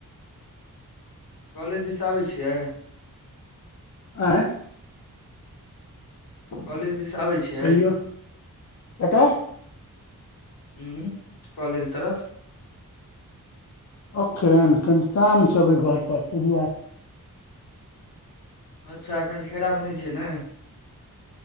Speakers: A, on the left; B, on the left.
A: कॉलेज दिस आबै छियइ
B: आ
A: कॉलेज दिस आबै छियै
B: कहियौ कतऽ
A: हं कॉलेज तरफ
B: एखन कनि काम छबै घर पर तहि दुआरे
A: अच्छा अखन खेरा में नहि छियै ने